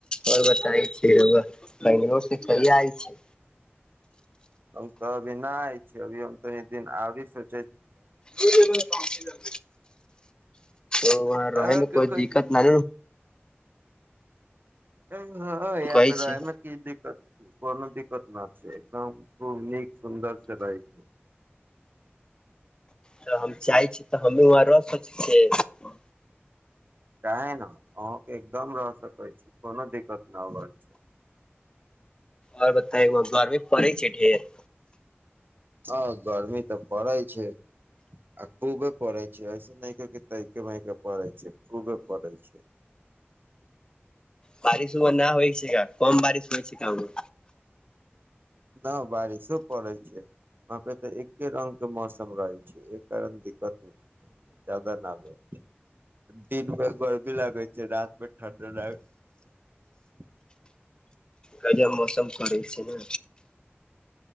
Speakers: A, on the left; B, on the right.
A: और बताय छी रउवा पहिले <unintelligible> आयल छी।
B: तब इनाय अभी हम तनी दिन आगे से
A: जीरेबे बासी लंग। ओ वहाँ रहे
B: अहाँके
A: मे, कोइ दिक्कत ना
B: ए हाँ यहाँ
A: कहै
B: पे रहै
A: छै
B: मे की दिक्कत कोनो दिक्कत न छै, एकदम खूब नीक सुन्दर से रहै छै।
A: तऽ हम चाहइ छी तऽ हममे वहाँ रह सोचै छियै।
B: क ने। एकदम रह सकैत छी, कोनो दिक्कत नहि रहल छै।
A: आओर बताग गर्मी पड़ै छै ढेर?
B: हँ गरमी तऽ पड़ै छै। आ खूब पढ़ै छै, ऐसे नहि तर महिके पढ़ै छै, खूबे पढ़ै छै।
A: बारिश उमे नहि होइ छै, क कम बारिश होइ छै कमे।
B: नहि बारिशो पड़ै छै, वहाँ पे तऽ एके रंग के मौसम रहै छै, एहि कारण दिक्कत जादाा नहि रह छै, दिनमे गर्मी लागै छै, रातमे ठण्ड लागै छै।
A: कम मौसम करै छै ने।